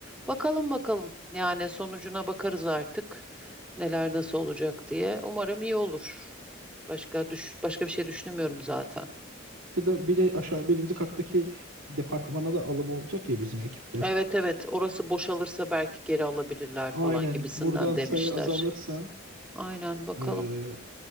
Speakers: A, in the centre; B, on the right.
A: Bakalım bakalım. Yani sonucuna bakarız artık. Neler nasıl olacak diye. Umarım iyi olur. Başka düş başka bir şey düşünemiyorum zaten.
B: Ya da bir de aşağı birinci kattaki departmana da alım olacak ya bizim ekipten.
A: Evet evet orası boşalırsa belki geri alabilirler
B: Aynen
A: falan gibisinden
B: buradan
A: demişler.
B: sayı azalırsa
A: Aynen bakalım.
B: eee,